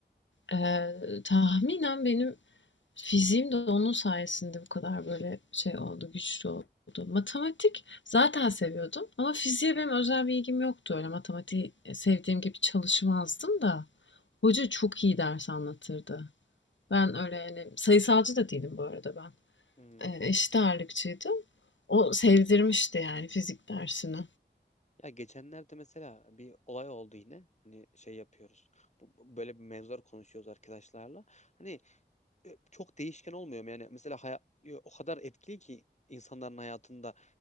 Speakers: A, on the left (about 80°); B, on the left (about 40°).
A: Ee, tahminen benim fiziğim de onun sayesinde bu kadar böyle şey oldu, güçlü oldu. Matematik zaten seviyordum ama fiziğe benim özel bir ilgim yoktu. Öyle matematiği e, sevdiğim gibi çalışmazdım da. Hoca çok iyi ders anlatırdı. Ben öyle yani sayısalcı da değilim bu arada ben.
B: Hmm.
A: e, eşit ağırlıkçıydı. O sevdirmişti yani fizik dersini.
B: Ya geçenlerde mesela bir olay oldu yine. Hani şey yapıyoruz. Bu- bu- Böyle bir mevzular konuşuyoruz arkadaşlarla. Hani e, çok değişken olmuyor. mu? Yani mesela haya- e, o kadar etkili ki insanların hayatında